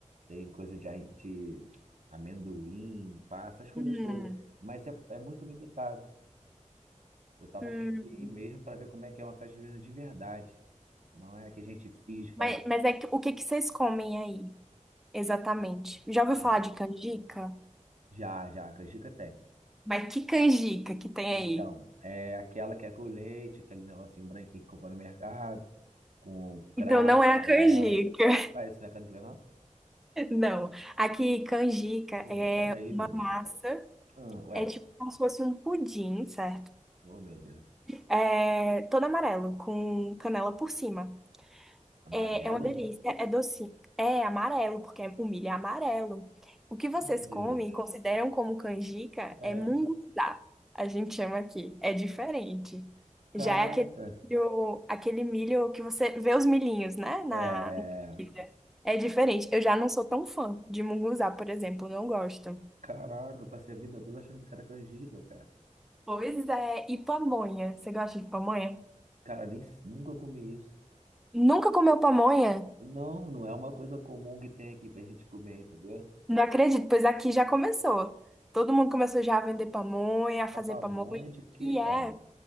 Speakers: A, on the right (about 65°); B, in the centre.
A: tem coisa de, ai- de amendoim, pá, essas coisas
B: Hum,
A: todas. Mas é, é muito limitado. Eu tava
B: hum.
A: querendo ir mesmo para ver como é que é uma festa junina de verdade. Não é a que a gente finge fazer.
B: Mas, mas é que, o que que vocês comem aí, exatamente? Já ouviu
A: Ah,
B: falar de canjica?
A: já, já, a canjica tem.
B: Mas que canjica que tem
A: Então,
B: aí?
A: é aquela que é com leite, aquele negocinho branquinho que compra no mercado. com cravo,
B: Então não é a
A: canela.
B: canjica. <laughs>
A: Vai, isso não é canjica, não?
B: Não. Aqui, canjica
A: Oh,
B: é
A: peraí,
B: uma
A: meu Deus.
B: massa,
A: do céu. Ah, ué,
B: é tipo como se fosse um pudim, certo?
A: oh, meu Deus.
B: É todo amarelo, com canela por cima.
A: Amarelo?
B: É, é uma delícia, é é doce, é amarelo, porque é- o milho é amarelo. O que vocês
A: Meu Deus.
B: comem e consideram como canjica
A: É.
B: é munguzá, a gente chama aqui, é diferente.
A: Caraca.
B: Já é aquele milho, aquele milho que você vê os milhinhos, né, na
A: É. é,
B: na
A: é.
B: comida. É diferente, eu já não sou tão fã de munguzá, por exemplo, não gosto.
A: Caraca, eu passei a vida toda achando que isso era canjica, cara.
B: Pois é, e pamonha, você gosta de pamonha?
A: Cara, nem nunca comi isso.
B: Nunca comeu pamonha?
A: Não, não é uma coisa comum que tem aqui pra gente comer, entendeu?
B: Não acredito, pois aqui já começou. Todo mundo começou já a vender pamonha, a fazer
A: A pamonha
B: pamonha,
A: de quê,
B: que
A: cara?
B: é